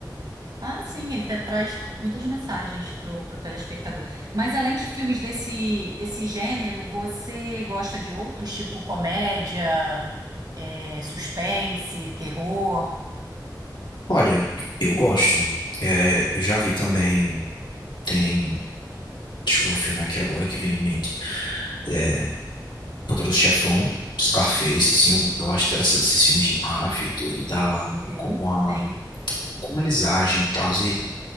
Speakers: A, on the right; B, on the left.
A: Ah, sim, ele te- traz muitas mensagens pro, pro telespectador. Mas além de filmes desse, desse gênero, você gosta de outros, tipo comédia, é, suspense, terror?
B: Olha, eu gosto. É, eu já vi também. Tem. Deixa eu ver um filme aqui agora que vem em mente. É, Poderoso Chefão, Scarface, assim. Eu, eu acho interessante esses filmes de máfia e tudo, e da.
A: Uhum,
B: E como a.
A: sim.
B: Como eles agem e tal. E